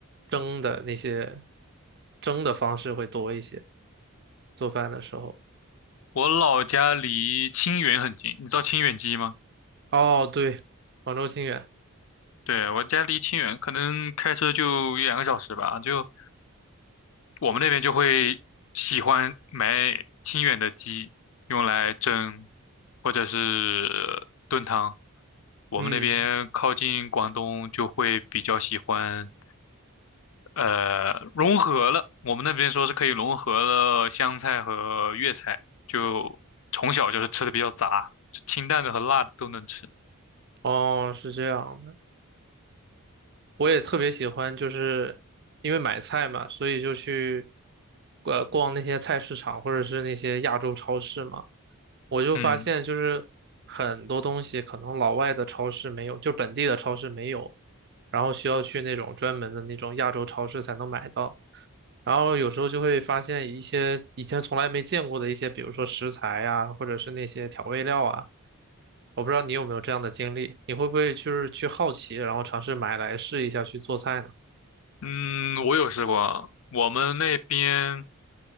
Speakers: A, on the right (about 50°); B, on the left (about 70°).
A: 蒸的那些蒸的方式会多一些，做饭的时候。
B: 我老家离清远很近，你知道清远鸡吗？
A: 哦，对，广州清远，
B: 对，我家离清远，可能开车就一两个小时吧。就我们那边就会喜欢买清远的鸡，用来蒸或者是炖汤。我们那边靠近广东，
A: 嗯，
B: 就会比较喜欢，呃，融合了。我们那边说是可以融合了湘菜和粤菜，就从小就是吃的比较杂，就清淡的和辣的都能吃。
A: 哦，是这样的。我也特别喜欢，就是因为买菜嘛，所以就去呃逛那些菜市场或者是那些亚洲超市嘛。我就发现，
B: 嗯
A: 就是很多东西可能老外的超市没有，就本地的超市没有，然后需要去那种专门的那种亚洲超市才能买到。然后有时候就会发现一些以前从来没见过的一些，比如说食材呀，或者是那些调味料啊。我不知道你有没有这样的经历，你会不会就是去好奇，然后尝试买来试一下去做菜呢？
B: 嗯，我有试过，我们那边。